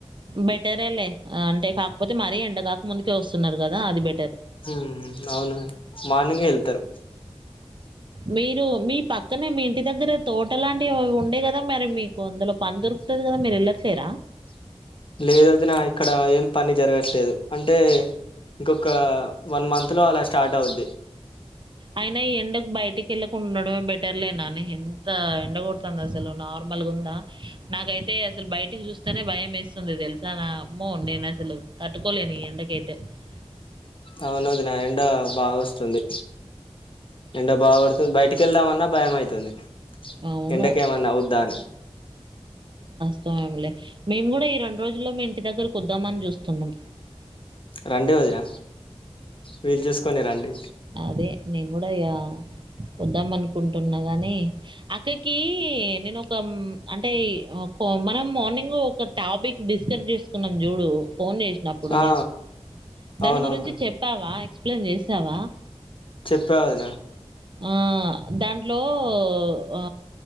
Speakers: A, on the right; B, on the left.
A: బెటరేలే అంటే కాకపోతే మరీ ఎండ కాక ముందుకే వస్తున్నారు కదా అది బెటర్
B: ఉ అవును వదిన మార్నింగే ఏళ్తారు
A: మీరు మీ పక్కనే మీ ఇంటి దగ్గరే తోట లాంటివివి ఉ ఉండే కదా మరి మీకు అందులో పని దొరుకుతది కదా మీరు ఎల్లట్లేర
B: లేదు వదిన ఇక్కడ ఏం పని జరగట్లేదు అంటే ఇంకొక వన్ మంత్ లో అలా స్టార్ట్ అవుద్ది
A: అయిన ఈ ఎండకు బయటికి వెళ్ళ కుండడమే బెటర్లేనని ఎంత ఎండగొడుతంది అసలు నార్మల్గా ఉందా నాకైతే అసలు బయటకి చూస్తేనే భయం వేస్తుంది తెలుసా నా అమ్మో నేను అసలు తట్టుకోలేను ఈ ఎండకైతే అ
B: అవునదిన బాగా వస్తుంది ఎండ బాగోడుతుంది బయటి కేళ్దామన్నా భయం అయితుంది
A: అవును.
B: ఎండకేమన్నా ఆవుద్దాని
A: అవున్లె మేము కూడా ఈ రెండు రోజుల్లో మీ ఇంటి దగ్గర కుద్దామని చూస్తున్నాం
B: రండి వదిన వీలు చూసుకొని రండి
A: అదే నేను కూడా ఇగ వద్దాం అనుకుంటున్నా గానీ అక్కకి నేను ఒక అంటే మనం మార్నింగ్ ఒక టాపిక్ డిస్కరేజ్ చేసుకున్నాం చూడు ఫోన్ చేసినప్పుడు
B: ఆ
A: నేను దాని
B: అవునవును
A: గురించి చెప్పావా ఎక్స్ప్లెయిన్ చేసావా
B: చెప్పా వదిన
A: ఆ దాంట్లో ఆ